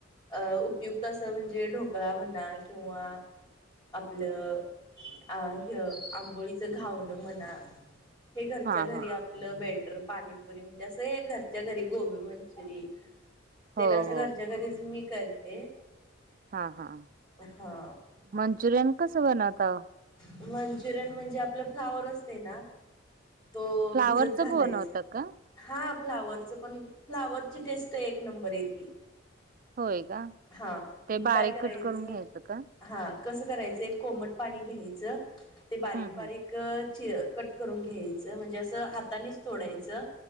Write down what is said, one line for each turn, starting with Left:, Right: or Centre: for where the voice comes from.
Left: अं उपयुक्त असं म्हणजे ढोकळा म्हणा किंवा आपलं अ हय आंबोळीच घावणं म्हणा हे घरच्या
Right: हा
Left: घरी
Right: हा
Left: आप पलं बेटर पाणीपुरी म्हणजे असं घरच्या घरी गोबी मंचुरी ते
Right: हो
Left: ना असं
Right: हो
Left: घरच्या घरीच मी करते.
Right: हा हा
Left: हा
Right: मंचुरियन कसं बनवतं ओ?
Left: मंचुरियन म्हणजे आपलं फ्लावर असते ना तो
Right: फ्लावरच
Left: भिजत घालायच
Right: बनवता का
Left: हा फ्लावरचं पण फ्लावरची टेस्ट एक नंबर येती.
Right: होय का
Left: हा
Right: ते बारीक
Left: काय करायचं
Right: कट करून घ्यायचं का?
Left: हा कसं करायचं एक कोमट पाणी घ्यायचं ते बारीक-बारीक
Right: हम्म हम्म
Left: क चि कट करून घ्यायच म्हणजे अस हातानिच तोडायचं